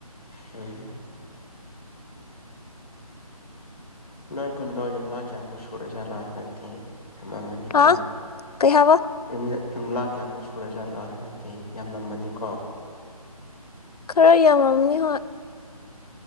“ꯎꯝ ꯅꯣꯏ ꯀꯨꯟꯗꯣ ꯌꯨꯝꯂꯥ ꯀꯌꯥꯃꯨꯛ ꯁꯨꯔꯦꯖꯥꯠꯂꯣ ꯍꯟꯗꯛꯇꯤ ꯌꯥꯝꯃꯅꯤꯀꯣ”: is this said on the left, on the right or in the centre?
Left